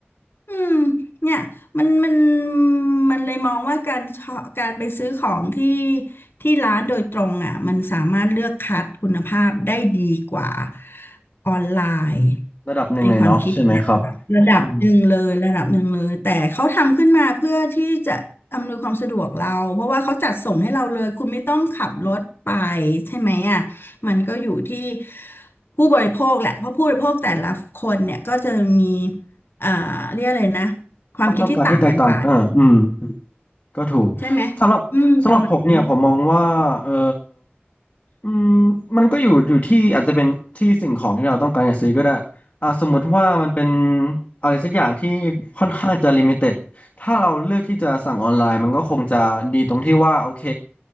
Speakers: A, on the left (about 65°); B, on the left (about 35°).
A: อืมเนี่ยมันมันมันเลยมองว่าการชอการไปซื้อของที่ที่ร้านโดยตรงอ่ะมันสามารถเลือกคัดคุณภาพได้ดีกว่าออนไลน์
B: ระดับหนึ่งเลยเนาะใช่ไหมครับ
A: ไอความคิดเนี่ยระดับหนึ่งเลยระดับหนึ่งเลยแต่เขาทำขึ้นมาเพื่อที่จะอำนวยความสะดวกเราเพราะว่าเขาจัดส่งให้เราเลยคุณไม่ต้องขับรถไป
B: อืม
A: ใช่ไหมอ่ะมันก็อยู่ที่ผู้บริโภคแหละเพราะผู้บริโภคแต่ละคนเนี่ยก็จะมี อ่าเรียกอะไรนะความคิดที่ต่างกันไป
B: ความต้องการที่แตกต่างอ่าอืม ก็ถูก
A: ใช่ไหมอืมประมาณนั้น
B: สำหรับสำหรับผมเนี่ยผมมองว่าเอออืมมันก็อยู่อยู่ที่อาจจะเป็นที่สิ่งของที่เราต้องการจะซื้อก็ได้อ่าสมมุติว่ามันเป็นอะไรสักอย่างที่ค่อนข้างจะลิมิเต็ดถ้าเราเลือกที่จะสั่งออนไลน์มันก็คงจะดีตรงที่ว่าโอเค